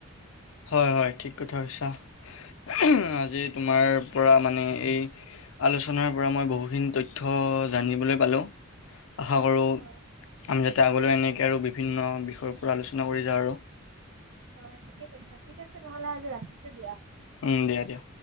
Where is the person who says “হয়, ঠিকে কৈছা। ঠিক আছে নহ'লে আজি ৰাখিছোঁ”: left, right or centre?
Right